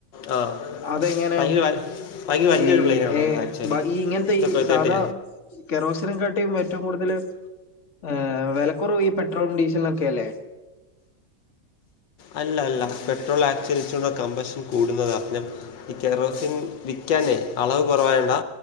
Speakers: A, on the left (about 80°); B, on the left (about 45°).
A: ആ
B: അതെങ്ങനെ
A: ഭയങ്കര വ- ഭയങ്കര വലിയൊരു
B: ഈ
A: പ്ലെയിനാണത്
B: ഏ
A: ആക്ച്വലി
B: ഈ ഇങ്ങനത്തെ ഈ സാധാ
A: തേർട്ടി
B: കെറോസിനെ കാട്ടിയും ഏറ്റവും കൂടുതല് ഏഹ് വെലക്കുറവ് ഈ പെട്രോളും ഡീസലും ഒക്കെ അല്ലേ
A: അല്ല അല്ല പെട്രോൾ ആച്ചരിച്ചുള്ള കമ്പഷൻ കൂടുന്നതാ ഞാൻ ഈ കറോസിൻ വിൽക്കാനേ അളവ് കുറവായോണ്ടാ